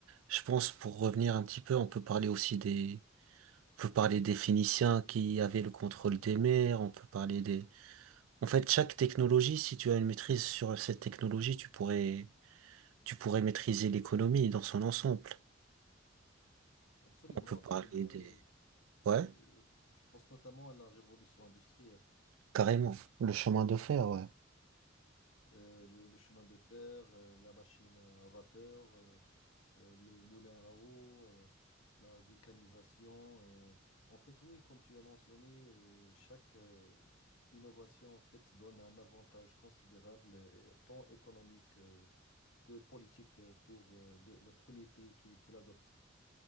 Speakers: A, on the right; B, on the left.
A: je pense pour revenir un petit peu, on peut parler aussi des, on peut parler des Phéniciens qui avaient le contrôle des mers, on peut parler des, en fait, chaque technologie, si tu as une maîtrise sur cette technologie, tu pourrais, tu pourrais maîtriser l'économie dans son ensemble.
B: Absolument,
A: On peut
B: absolument.
A: parler des,
B: Et
A: ouais,
B: euh, je pense notamment à la révolution industrielle.
A: carrément, le chemin de fer, ouais.
B: Euh, le, le chemin de fer, euh, la machine à vapeur, euh, euh, le moulin à eau, euh, la vulcanisation. euh. En fait, oui, comme tu as mentionné, euh, chaque euh, innovation en fait donne un avantage considérable, euh, tant économique. euh, que politique euh, pour euh, le, le premier pays qui, qui l'adopte.